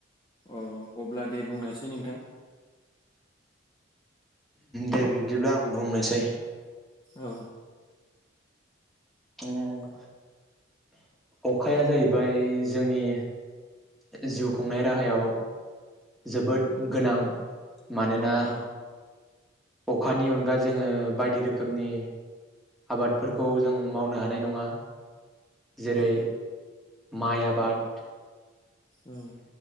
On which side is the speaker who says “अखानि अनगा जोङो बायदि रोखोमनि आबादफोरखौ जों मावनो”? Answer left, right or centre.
Centre